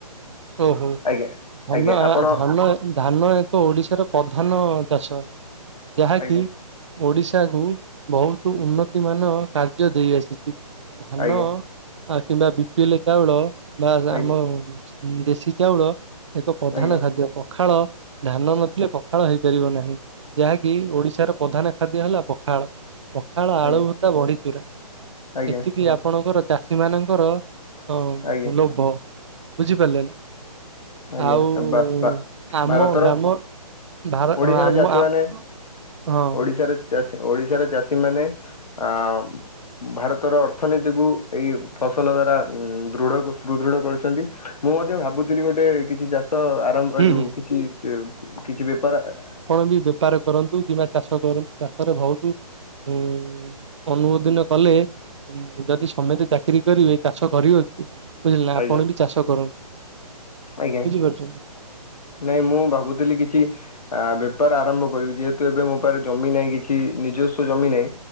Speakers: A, on the right; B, on the left.
A: ଓ ହୋ
B: ଆଜ୍ଞା
A: ତମା
B: ଆଜ୍ଞା ଆପଣ
A: ଧାନେ ଧାନ ଏକ ଓଡିଶାର ପ୍ରଧାନ ଅଁ ଚାଷ ଯାହାକି
B: ଆଜ୍ଞା
A: ଓଡିଶା କୁ ବହୁତ ଉନ୍ନତି ମାନ କାର୍ଯ୍ୟ ଦେଇ ଆସିଛି। ଧାନ
B: ଆଜ୍ଞା
A: ଆଁ କିମ୍ବା ବି ପି ଏ ଲେ ଚାଉଁଳ ବା ଗ୍ରାମ
B: ଆଜ୍ଞା ଆଜ୍ଞା
A: ଉଁ ଦେଶୀ ଚାଉଁଳ ଏକ ପ୍ରଧାନ
B: ଆଜ୍ଞା
A: ଖାଦ୍ୟ ପଖାଳ ଧାନ ନଥିଲେ ପଖାଳ ହେଇପାରିବ ନାହିଁ ଯାହାକି ଓଡିଶାର ପ୍ରଧାନ ଖାଦ୍ୟ ହେଲା ପଖାଳ। ପଖାଳ ଆଳୁ
B: ଆଜ୍ଞା
A: ଭରତା ବଢିଚୁରା
B: ଆଜ୍ଞା
A: ଏତିକି ଆପଣଙ୍କର ଚାଷୀ ମାନଙ୍କର ହଁ
B: ଆଜ୍ଞା
A: ଲୋଭ ବୁଝିପାରିଲେ ନାଁ।
B: ଆଜ୍ଞା
A: ଆଉଁ
B: ବା- ବା-
A: ଆମ
B: ଭାରତର
A: ଗ୍ରାମ ଭାରା
B: ଓଡ଼ିଶାର
A: ହଁ ଆମ
B: ଚାଷୀମାନେ
A: ହାଁ ଆମ ହଁ।
B: ଓଡିଶାର ଚାଷୀ ଓଡିଶାର ଚାଷୀ ମାନେ ଏଅଁ ଭାରତର ଅର୍ଥନୀତିକୁ ଏଇ ଫସଲ ଦ୍ଵାରା ଉଁମଁ ଦୃଢ ସୁଦୃଢ କରୁଛନ୍ତି। ମୁଁ ମଧ୍ୟ ଭାବୁଥିଲି ଗୋଟେ କିଛି ଚାଷ ଆର ତମର
A: ହୁଁ
B: ଯୋଉଁ
A: ହୁଁ।
B: କିଛି ଚେ କିଛି ବେପାର ଆଁ
A: ମୁଇଁ ବି ବେପାର କରନ୍ତୁ କିମ୍ବା ଚାଷ କରନ୍ତୁ ଚାଷରେ ବହୁତ ଉଁମଁ ଅନୁମୋଦିନ କଲେ। ଯଦି ସମେସ୍ତେ ଚାକିରି କରିବେ ଚାଷ କରିବ କିଏ ବୁଝିଲେ ନାଁ ଆପଣ
B: ଆଜ୍ଞା
A: ବି ଚାଷ କରନ୍ତୁ।
B: ଆଜ୍ଞା।
A: ବୁଝିପାରୁଛନ୍ତି
B: ନାଇଁ ମୁଁ ଭାବୁଥିଲି କିଛି? ଆଁ ବେପାର ଆରମ୍ଭ କରିବି ଯେହେତୁ ଏବେ ମୋ ପାଖରେ ଜମି ନାହିଁ କିଛି ନିଜସ୍ଵ ଜମି ନାହିଁ